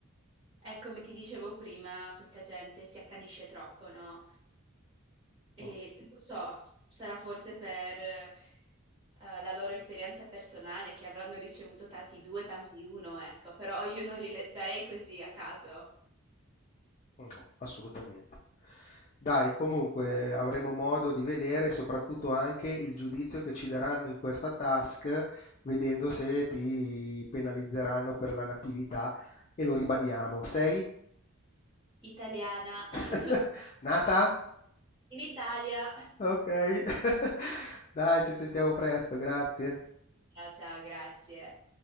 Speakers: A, on the right (about 25°); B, on the left (about 35°).
A: E come ti dicevo prima, questa gente si accanisce troppo, no? E
B: Mh.
A: non so, s- sarà forse per eh, la loro esperienza personale che avranno ricevuto tanti due, tanti uno, ecco, però io non li le- darei così a caso.
B: No, assolutamente. Dai, comunque avremo modo di vedere soprattutto anche il giudizio che ci daranno in questa task, vedendo se ti penalizzeranno per la natività e lo ribadiamo. Sei?
A: Italiana, <laughs>
B: <laughs> Nata?
A: in Italia.
B: Ok. <laughs> Dai, ci sentiamo presto, grazie.
A: Ciao, ciao, grazie.